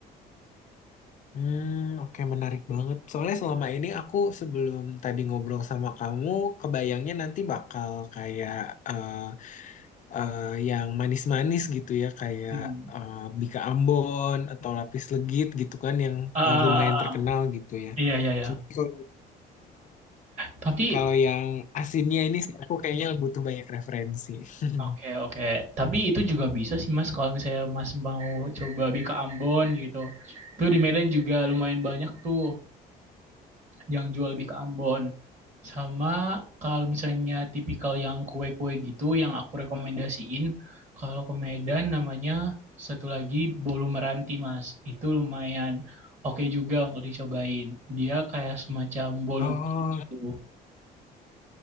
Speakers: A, on the left; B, on the right.
A: Hmm, oke menarik banget. Soalnya selama ini aku sebelum tadi ngobrol sama kamu, kebayangnya nanti bakal kayak eh, eh, yang manis-manis gitu ya, kayak
B: Hmm.
A: eh, Bika Ambon atau Lapis Legit gitu kan yang
B: Ah,
A: eh, lumayan terkenal gitu ya.
B: iya iya iya
A: Cuma kalau
B: tapi
A: kalau yang asinnya ini sih aku kayaknya butuh banyak referensi. <laughs>
B: oke oke tapi itu juga bisa sih mas kalau misalnya mas mau coba di ke Ambon gitu tuh di Medan juga lumayan banyak tuh yang jual lebih ke Ambon. Sama kalau misalnya tipikal yang kue-kue gitu yang aku rekomendasiin, kalau ke Medan namanya satu lagi bolu meranti, Mas. Itu lumayan oke juga untuk dicobain. Dia kayak semacam bolu
A: Oh,
B: gitu.